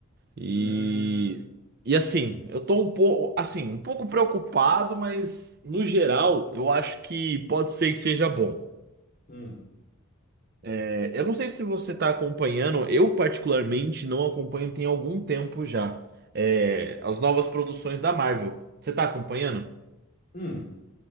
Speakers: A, on the right; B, on the left.
A: E,
B: Hum,
A: e assim, eu tô um pouco, assim, um pouco preocupado, mas no geral, eu acho que pode ser que seja bom.
B: hum,
A: É, eu não sei se você tá acompanhando, eu particularmente não acompanho tem algum tempo já. É, as novas produções da Marvel. Você tá acompanhando?
B: hum.